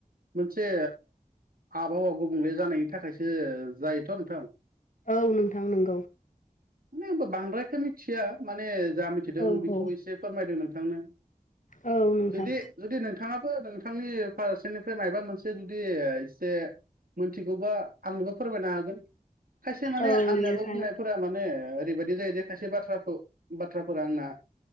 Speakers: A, on the right (about 75°); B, on the left (about 55°).
A: मोनसे आबहावा गुबुंले जानायनि थाखायसो जायोथ' नों
B: औ नोंथां नों
A: माने होनबा बांद्रायखो मिथिया माने जा मिथिदों
B: औ औ
A: बेखौ एसे फोरमायदों नोंथांनो
B: औ नोंथां
A: जुदि जुदि नोंथाङाबो नोंथां नि फारसेनिफ्राय मायबा मोनसे जुदि एसे मोनथिगौबा आंनोबो फोरमायनो हागोन। खायसे माने
B: औ
A: आंनियाबो
B: नोंथां
A: बुंनायफोरा माने ओरैबायदि जायोदि खाय से बाथ्राखौ बाथ्राफोर आंना